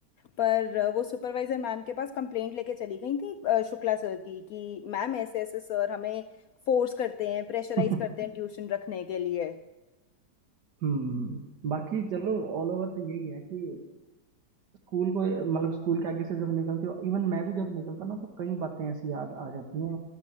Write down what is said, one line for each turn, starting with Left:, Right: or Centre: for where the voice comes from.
Left: पर अ, वो सुपरवाइजर मैम के पास कंप्लेंट लेके चली गई थी अ, शुक्ला सर की कि मैम ऐसे ऐसे सर हमें फोर्स करते हैं प्रेशराइज
Right: <laughs>
Left: करते हैं ट्यूशन रखने के लिए
Right: हम्म बाकी चलो ऑल ओवर तो यही है कि स्कूल को मतलब स्कूल के आगे से जब निकलते हो इवन मैं भी जब निकलता ना तो कई बातें ऐसी याद आ जाती हैं